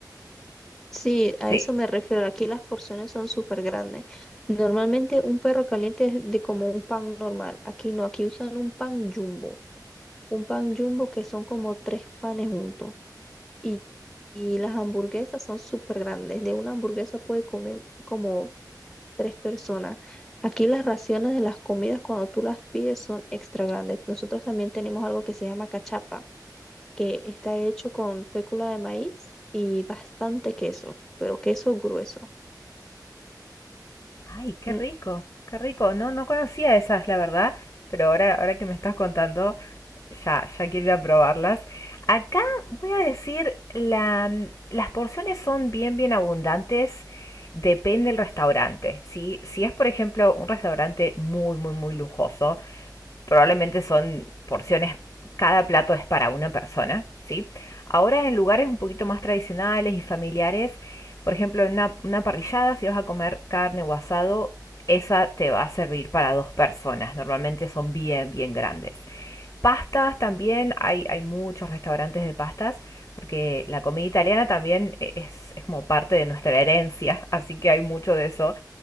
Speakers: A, in the centre; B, on the left.
A: Sí, a
B: Sí.
A: eso me refiero. Aquí las porciones son súper grandes. Normalmente un perro caliente es de como un pan normal. Aquí no, aquí usan un pan jumbo. Un pan jumbo que son como tres panes juntos. Y, y las hamburguesas son súper grandes. De una hamburguesa puede comer como tres personas. Aquí las raciones de las comidas cuando tú las pides son extra grandes. Nosotros también tenemos algo que se llama cachapa, que está hecho con fécula de maíz y bastante queso, pero queso grueso.
B: Ay, qué
A: Mm,
B: rico, qué rico. No, no conocía esas, la verdad, pero ahora, ahora que me estás contando, ya, ya quiero ir a probarlas. Acá voy a decir, la, mm, las porciones son bien, bien abundantes. Depende del restaurante, ¿sí? Si es, por ejemplo, un restaurante muy, muy, muy lujoso, probablemente son porciones, cada plato es para una persona, ¿sí? Ahora en lugares un poquito más tradicionales y familiares, por ejemplo, en una, una parrillada, si vas a comer carne o asado, esa te va a servir para dos personas. Normalmente son bien, bien grandes. Pastas también, hay, hay muchos restaurantes de pastas, porque la comida italiana también e, es, es como parte de nuestra herencia, <laughs> así que hay mucho de eso.